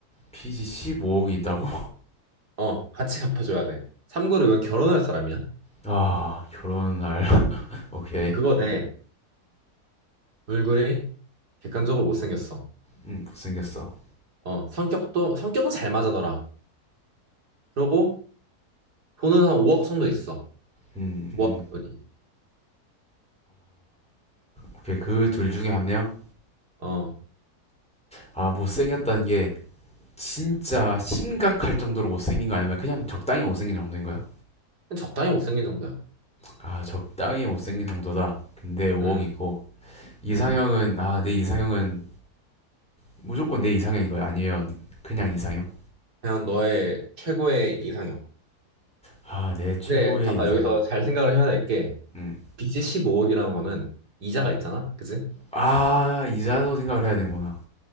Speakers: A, in the centre; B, on the right.
A: 피지 15억이 있다고
B: 어, 같이 갚아줘야 돼. 참고로 이건 결혼할 사람이야.
A: 아 결혼할 <laughs> 오케이
B: 그거 돼. 얼굴이 객관적으로 못생겼어.
A: 음음 못생겼어
B: 어, 성격도 성격은 잘 맞아 너랑. 그러고 돈은 한 5억 정도 있어.
A: 음음음아
B: 모아둔 돈이.
A: 오케이 그 둘 중에 한 명
B: 어,
A: 아 못생겼다는 게 진짜 심각할 정도로 못생긴 거 아니면 그냥 적당히 못생긴 정도인가요?
B: 그냥 적당히 못생긴 정도야.
A: 아, 적당히 못생긴 정도다. 근데 5억이고
B: 음,
A: 이상형은
B: 음.
A: 아, 내 이상형은 무조건 내 이상형인 거야. 아니면 그냥 이상형?
B: 그냥 너의 최고의 이상형.
A: 아, 내 최고의
B: 근데 잠깐
A: 이상형.
B: 여기서 잘 생각을 해야 될게
A: 음.
B: 빚이 15억이라는 거는 이자가 있잖아. 그지?
A: 아, 이자도 생각을 해야 되는구나.